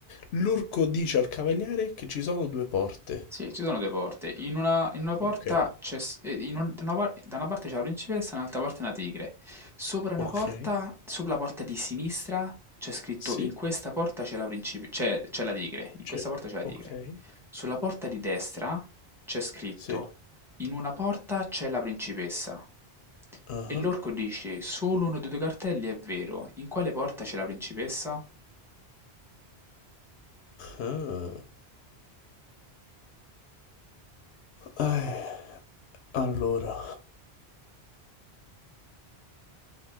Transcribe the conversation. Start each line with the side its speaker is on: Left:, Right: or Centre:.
Left: L'orco dice al cavaliere che ci sono due porte.
Centre: Sì, ci sono due porte. In una, in una porta
Left: Ok,
Centre: c'è, s- eh, in un- da una, par- da una parte c'è la principessa, dall'altra parte una tigre. Sopra una
Left: ok.
Centre: porta, sopra la porta di sinistra, c'è scritto
Left: Sì,
Centre: in questa porta c'è la principe- c'è, c'è la tigre, in
Left: c'è.
Centre: questa porta c'è la
Left: Ok,
Centre: tigre. Sulla porta di destra c'è scritto
Left: sì.
Centre: in una porta c'è la principessa.
Left: Ah,
Centre: E l'orco dice, solo uno dei due cartelli è vero, in quale porta c'è la principessa?
Left: ah. Eh, allora,